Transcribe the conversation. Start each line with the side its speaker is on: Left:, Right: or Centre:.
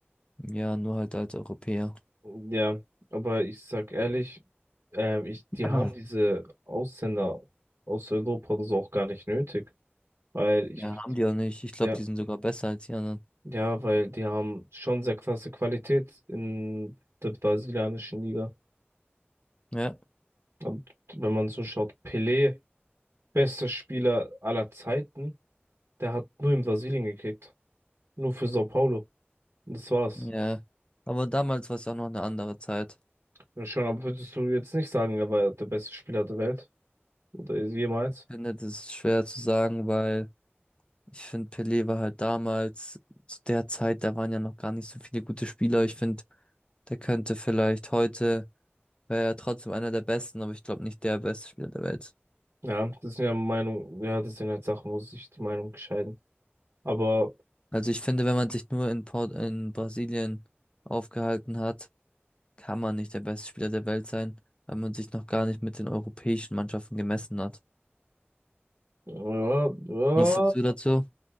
Left: Ja, nur halt als Europäer.
Right: Ja, aber ich sag ehrlich, ähm, ich, die
Left: Ah.
Right: haben diese Ausländer aus Europa oder so auch gar nicht nötig, weil ich,
Left: Ja, haben die auch nicht. Ich glaube,
Right: ja,
Left: die sind sogar besser als die anderen.
Right: ja, weil die haben schon sehr krasse Qualität in der brasilianischen Liga.
Left: Ja,
Right: Und wenn man so schaut, Pelé, bester Spieler aller Zeiten, der hat nur in Brasilien gekickt, nur für Sao Paulo. Und das war's.
Left: ja. Aber damals war es auch noch eine andere Zeit.
Right: Ja, schon, aber würdest du jetzt nicht sagen, er war der beste Spieler der Welt oder ist jemals?
Left: Ich finde, das ist schwer zu sagen, weil ich finde, Pelé war halt damals, zu der Zeit, da waren ja noch gar nicht so viele gute Spieler. Ich finde, der könnte vielleicht heute, wäre er trotzdem einer der besten, aber ich glaube nicht der beste Spieler der Welt.
Right: Ja, das sind ja Meinung, ja, das sind halt Sachen, wo sich die Meinung scheiden. Aber
Left: Also ich finde, wenn man sich nur in Port, in Brasilien aufgehalten hat, kann man nicht der beste Spieler der Welt sein, weil man sich noch gar nicht mit den europäischen Mannschaften gemessen hat.
Right: ja, ja,
Left: Was sagst du dazu?